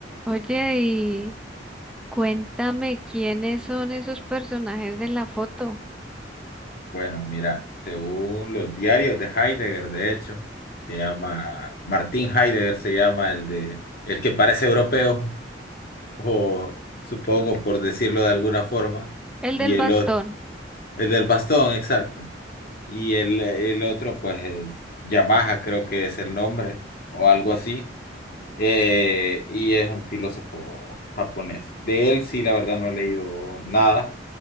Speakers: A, in the centre; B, on the left (about 55°).
A: Oye, y cuéntame quiénes son esos personajes de la foto.
B: Bueno, mira, según los diarios de Heidegger, de hecho, se llama, Martín Heidegger se llama el de, el que parece europeo, <laughs> o supongo por decirlo de alguna forma,
A: El
B: y
A: del
B: el,
A: bastón,
B: o- el del bastón, exacto. Y el, el otro, pues, es Yamaha, creo que es el nombre, o algo así, eh, y es un filósofo japonés. De él sí, la verdad, no he leído nada.